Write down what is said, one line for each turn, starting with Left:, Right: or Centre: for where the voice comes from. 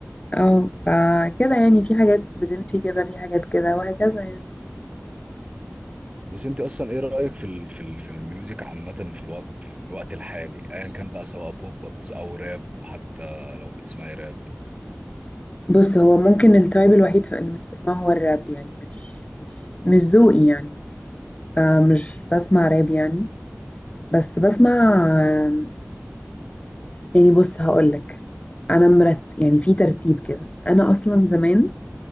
Left: اه فكده يعني في حاجات بتمشي كده في حاجات كده وهكذا يعني
Right: بس انت اصلا ايه رأيك في ال... في ال... في الميوزك عامة في الوقت في الوقت الحالي ايا كان بقى سواء بوب بتس- او راب حتى لو بتسمعي راب
Left: بص هو ممكن التايب الوحيد في اللي مش بسمعه هو الراب يعني مش مش ذوقي يعني فمش بسمع راب يعني بس بسمع آم، يعني بص هقولك انا مرت يعني في ترتيب كده انا اصلا زمان